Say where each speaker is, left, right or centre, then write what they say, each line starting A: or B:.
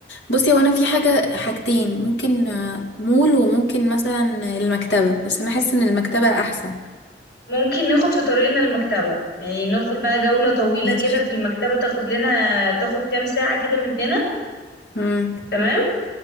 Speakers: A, on the left (about 80°); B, on the left (about 60°).
A: بصي هو انا في حاجة حاجتين ممكن آه، مول وممكن مثلا المكتبة بس انا حاسة ان المكتبة احسن
B: ممكن ناخد في طريقنا المكتبة يعني ناخد بقى جولة طويلة
A: ماشي
B: كده في المكتبة تاخد لنا تاخد كام ساعة كده مننا
A: امم
B: تمام